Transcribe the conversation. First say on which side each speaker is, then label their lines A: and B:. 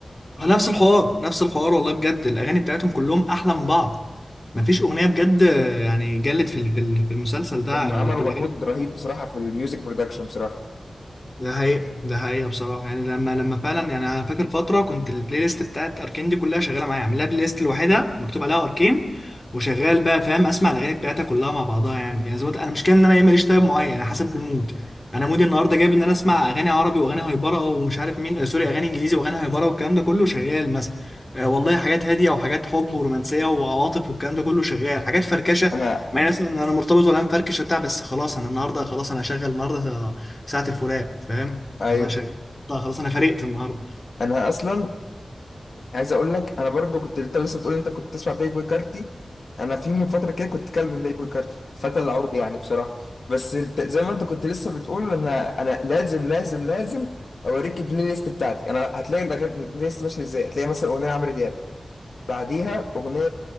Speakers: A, on the left; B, on the left.
A: ما نفس الحوار نفس الحوار والله بجد الاغاني بتاعتهم كلهم احلى من بعض مفيش اغنيه بجد يعني جلت في ال- في ال- في المسلسل ده
B: هم عملوا
A: لكل اغاني
B: مجهود رهيب بصراحه في الميوزك برودكشن بصراحه
A: ده حقيقة ده حقيقة بصراحة يعني لما لما فعلا يعني أنا فاكر فترة كنت البلاي ليست بتاعت أركين دي كلها شغالة معايا عامل لها بلاي ليست لوحدها مكتوب عليها أركين وشغال بقى فاهم أسمع الأغاني بتاعتها كلها مع بعضها يعني يعني زي ما قلت، أنا مش كده إن أنا إيه ماليش تايب معين أنا حسب المود أنا مودي النهاردة جايب إن أنا أسمع أغاني عربي وأغاني هايبرة ومش عارف مين آه، سوري أغاني إنجليزي وأغاني هايبرة والكلام ده كله شغال مثلا آه، والله حاجات هادية وحاجات حب ورومانسية وعواطف والكلام ده كله شغال حاجات فركشة
B: انا
A: مع إن مثلا أنا مرتبط ولا مفركش وبتاع بس خلاص أنا النهاردة خلاص أنا هشغل النهاردة ساعة الفراق فاهم
B: ايوه
A: انا شغال طيب خلاص انا فرقت النهارده
B: انا اصلا عايز اقول لك انا برضو كنت انت لسه بتقول انت كنت تسمع بلاي بوي كارتي انا في من فتره كده كنت كلب بلاي بوي كارتي الفتى العمري يعني بصراحه بس الت- زي ما انت كنت لسه بتقول انا انا لازم لازم لازم اوريك البلاي ليست بتاعتي انا هتلاقي الأغاني- البلاي ليست ماشيه ازاي هتلاقي مثلا اغنيه عمرو دياب بعديها اغنيه